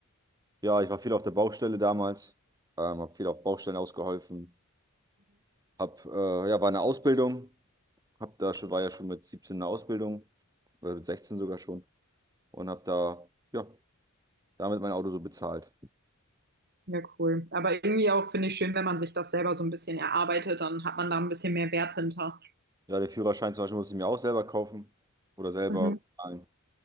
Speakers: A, on the right (about 15°); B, on the right (about 50°).
A: Ja, ich war viel auf der Baustelle damals, ähm, habe viel auf Baustellen ausgeholfen. Hab, äh, ja, war eine Ausbildung. Hab da schon, war ja schon mit 17 in der Ausbildung, oder mit 16 sogar schon, und hab da, ja, damit mein Auto so bezahlt.
B: Ja, cool. Aber irgendwie auch finde ich schön, wenn man sich das selber so ein bisschen erarbeitet, dann hat man da ein bisschen mehr Wert hinter.
A: Ja, der Führerschein zum Beispiel musste ich mir auch selber kaufen oder selber
B: Mhm.
A: bezahlen.